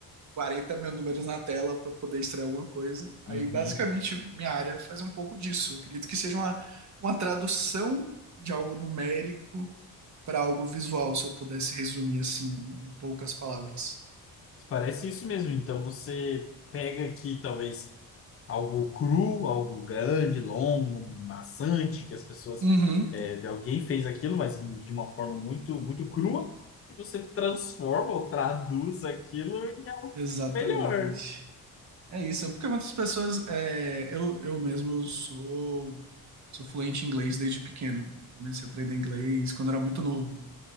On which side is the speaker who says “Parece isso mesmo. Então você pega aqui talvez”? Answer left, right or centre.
Left